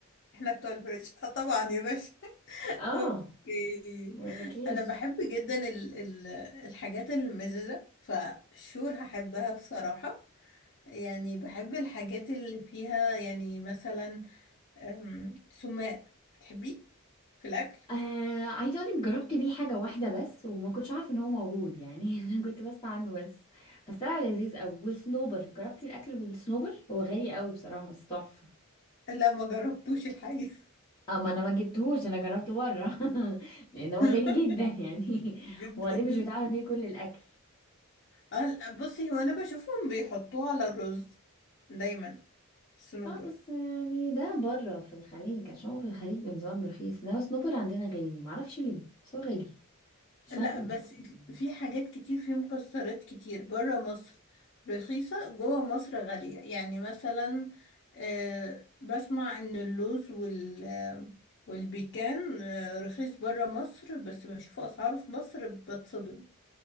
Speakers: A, on the left; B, on the left.
A: احنا بتوع الفريش اه طبعا يا باشا <laughs>
B: اه
A: اوكي
B: مقولكيش
A: انا بحب جدا ال ال الحاجات المززه فشور هحبها بصراحه يعني بحب الحاجات اللي فيها يعني مثلا أم، سماق بتحبيه في الاكل
B: آه عايزه اقولك جربت بيه حاجه واحده بس وما كنتش عارفه ان هو موجود يعني <laughs> انا كنت بسمع عنه بس بس طلع لذيذ قوي والصنوبر جربتي الاكل بالصنوبر هو غالي قوي بصراحه بس تحفه
A: لا ما جربتوش الحقيقه
B: اه ما انا ما جبتهوش انا جربته بره <laughs> لان هو
A: <laughs>
B: غالي جدا يعني <laughs>
A: جدا
B: وبعدين مش بيتعمل بيه كل الاكل
A: آه، لا، بصي هو انا بشوفهم بيحطوه على الرز دايما الصنوبر
B: اه بس يعني ده بره في الخليج عشان هو في الخليج بالنسبه لهم رخيص انما الصنوبر عندنا غالي معرفش ليه بس هو غالي مش
A: لا
B: عارفه ليه
A: بس في حاجات كتير في مكسرات كتير بره مصر رخيصة جوه مصر غالية يعني مثلا آه، بسمع ان اللوز وال آه، والبيكان آه، رخيص بره مصر بس بشوف اسعاره في مصر بتصدم